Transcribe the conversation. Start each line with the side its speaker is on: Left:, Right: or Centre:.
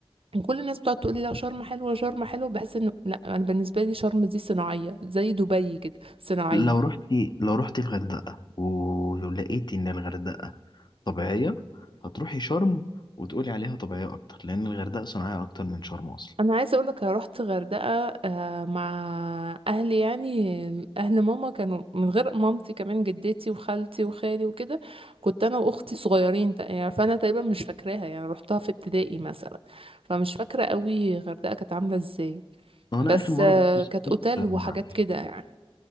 Right: وكل الناس بتقعد تقول لي لا شرم حلوه شرم حلوه بحس انه لا انا بالنسبه لي شرم دي صناعيه زي دبي كده صناعيه
Left: لو رحتي لو رحتي الغردقة ولقيتي إن الغردقة طبيعية هتروحي شرم وتقولي عليها طبيعية أكتر لأن الغردقة صناعية أكتر من شرم أصلا
Right: انا عايزه اقول لك رحت غردقه آه، مع اهلي يعني اهل ماما كانوا من غير مامتي كمان جدتي وخالتي وخالي وكده كنت انا واختي صغيرين تق- يعني فانا تقريبا مش فاكراها يعني رحتها في ابتدائي مثلا فمش فاكره قوي غردقه كانت عامله ازاي
Left: وأنا
Right: بس
Left: آخر مرة
Right: آه،
Left: برضه سافرت
Right: كانت اوتيل وحاجات
Left: مع
Right: كده يعني